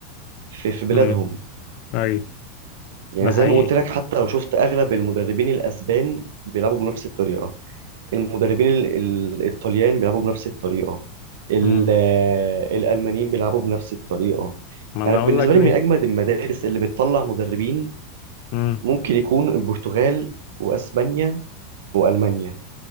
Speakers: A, on the right; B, on the left.
A: في في بلادهم
B: امم اي
A: يعني
B: ده
A: زي
B: حقيقي
A: ما قلت لك حتى لو شفت اغلب المدربين الاسبان بيلعبوا بنفس الطريقه المدربين ال- ال- الطليان بيلعبوا بنفس الطريقة ال-
B: امم
A: آه، الألمانيين بيلعبوا بنفس الطريقة
B: ما انا
A: أنا بالنسبة
B: اقول لك
A: لي
B: ليه
A: من أجمد المدارس اللي بتطلع مدربين
B: امم
A: ممكن يكون البرتغال وأسبانيا وألمانيا